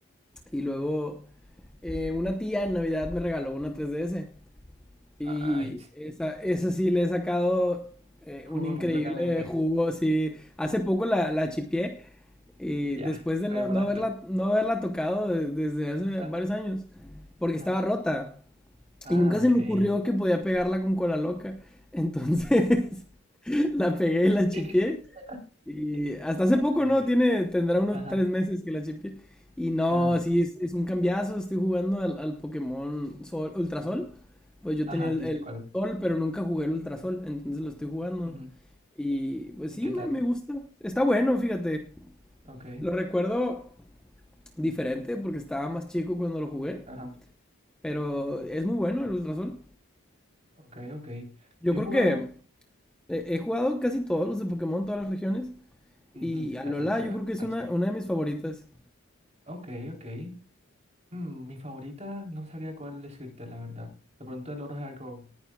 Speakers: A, in the centre; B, on the right (about 30°).
A: Y luego eh, una tía en Navidad me regaló una 3DS.
B: Nice.
A: Y esa, esa sí le he sacado eh,
B: Jugó
A: un increíble
B: completamente.
A: jugo. Sí. Hace poco la, la chipié. Y
B: Ya,
A: después de
B: te
A: no,
B: demoraste.
A: no haberla, no haberla tocado de- desde hace
B: Ajá,
A: varios años. Porque
B: ajá.
A: estaba rota.
B: Ah,
A: Y nunca se
B: ok.
A: me ocurrió que podía pegarla con cola loca. Entonces <laughs> la pegué y la chipié.
B: <laughs>
A: Y hasta hace
B: Ay,
A: poco,
B: Dios.
A: ¿no? Tiene, tendrá unos
B: Ajá.
A: tres meses que la chipié. Y no,
B: Ajá,
A: sí, es, es un cambiazo. Estoy jugando al, al Pokémon Sol, Ultrasol. Pues yo
B: ajá,
A: tenía el,
B: sí
A: el
B: sé cuál es.
A: Sol, pero nunca jugué el Ultra Sol Entonces lo estoy jugando.
B: Ujú.
A: Y pues
B: ¿Y
A: sí,
B: qué
A: me,
B: tal?
A: me gusta. Está bueno, fíjate.
B: Ok,
A: Lo recuerdo diferente porque estaba más chico cuando lo jugué.
B: ajá,
A: Pero es muy bueno el Ultra Sol
B: ok, ok.
A: Yo
B: Yo
A: creo
B: he jugado,
A: que he, he jugado casi todos los de Pokémon, todas las regiones.
B: ujú,
A: Y Alola,
B: eso te iba
A: yo creo que es
B: a
A: una,
B: decir.
A: una de mis favoritas.
B: Ok, ok. Mm, mi favorita, no sabría cuál decirte, la verdad. De pronto el Oro Heart Gold,